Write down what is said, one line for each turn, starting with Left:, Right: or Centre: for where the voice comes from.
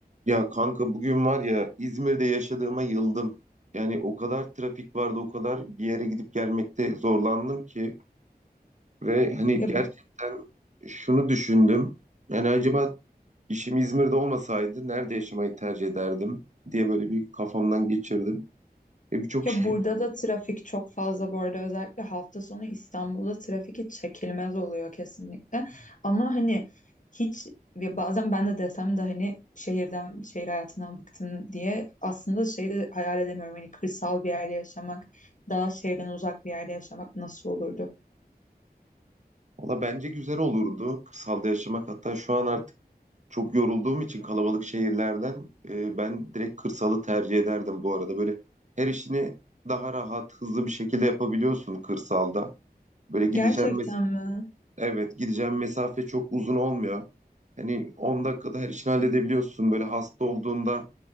Right: Ya kanka bugün var ya İzmir'de yaşadığıma yıldım. Yani o kadar trafik vardı, o kadar bir yere gidip gelmekte zorlandım ki ve hani
Left: Ya,
Right: gerçekten şunu düşündüm. Yani acaba işim İzmir'de olmasaydı nerede yaşamayı tercih ederdim diye böyle bir kafamdan geçirdim. Ve birçok
Left: ya
Right: şey.
Left: burada da trafik çok fazla bu arada özellikle hafta sonu İstanbul'da trafik hiç çekilmez oluyor kesinlikle. Ama hani hiç ya bazen ben de desem de hani şehirden şehir hayatından bıktım diye aslında şeyi de hayal edemiyorum. Hani kırsal bir yerde yaşamak, daha şehirden uzak bir yerde yaşamak nasıl olurdu?
Right: Valla bence güzel olurdu kırsalda yaşamak. Hatta şu an artık Çok yorulduğum için kalabalık şehirlerden e, ben direkt kırsalı tercih ederdim bu arada. Böyle her işini daha rahat, hızlı bir şekilde yapabiliyorsun kırsalda. Böyle gideceğim
Left: Gerçekten
Right: mes-
Left: mi?
Right: evet gideceğim mesafe çok uzun olmuyor. Hani 10 dakikada her işini halledebiliyorsun. Böyle hasta olduğunda